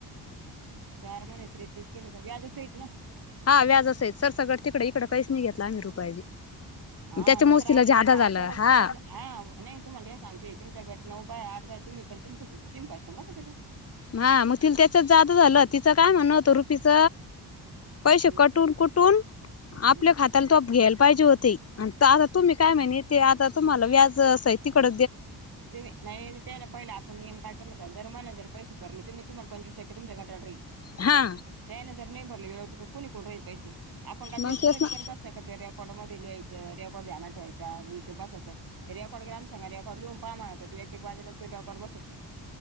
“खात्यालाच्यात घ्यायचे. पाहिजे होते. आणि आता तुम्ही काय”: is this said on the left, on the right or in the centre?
Left